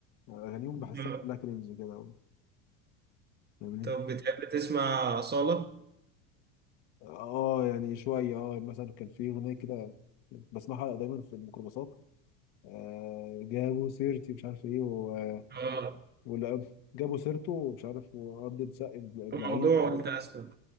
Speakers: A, on the left; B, on the right.
A: آه، اغانيهم بحسها
B: آه.
A: كلها كرنج كده فاهمني
B: طب بتحب تسمع اصاله؟
A: اه يعني شويه اه مثلا كان في اغنيه كده بسمعها دايما في الميكروباصات آه جابوا سيرتي مش عارف ايه و...
B: اه
A: ولا جابوا سيرته ومش عارف وعضة ساق ابن ابن
B: الموضوع
A: عيني حاجة.
B: وانت اسمع